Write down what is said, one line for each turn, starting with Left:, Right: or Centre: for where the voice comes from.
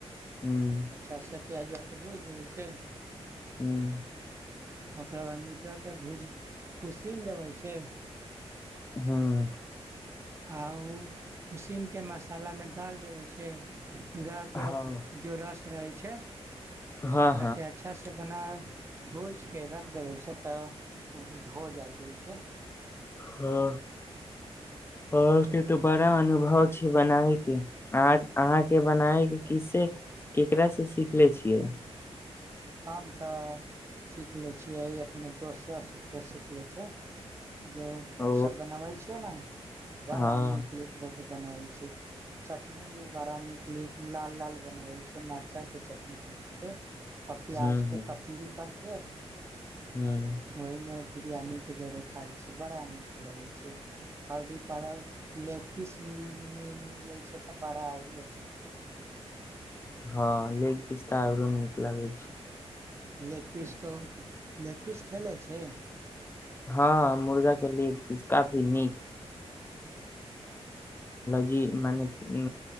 Left: हूँ
Right: अच्छा से पि्याज आके भुजि देबै छै
Left: हँ
Right: ओकर बाद मिट के भूज उसीन देबै छै
Left: हँ
Right: आ ओ उसीनकेऽ मसालामे डालि देबै छै पूरााके
Left: हँ
Right: जो रस रहै छै
Left: हँ
Right: ओकरा
Left: हँ
Right: के अच्छा से बना भूजिक रख देबै छै तऽ ओ हो जाइ छै
Left: हँ आ फ तऽ बड़ा अनुभव भाव छै बनाबैके अहाँ के बनाय के किसे केकराास से सीखले छियै
Right: हम तऽ सीख लै छियै अपने दोसरो सभसँ सीख लै छै जो
Left: ओ
Right: सब बनबै छै ने बड़ा
Left: हँ
Right: नीक ल बनबै छै चटनी भी बड़ा नीक ल लाल लाल बनबै छै मरचा के चटनी बन छै आ प्याज
Left: हूँ
Right: के
Left: हूँ
Right: कतली करके
Left: हूँ
Right: के ओहिमे बिरयानीके जरे खाइ छियै बड़ा नीक लगै छै हड्डीतऽ लैग पीस मिलै छै तऽ बड़ा आओर ही अच्छा लगै छै
Left: हँ लेग पिस त आरो नीक लागै छै
Right: लैग पीस तऽ लैग पीस खेलै छै
Left: हँ मुर्गा के लेग पीस काफी नीक जी मने उ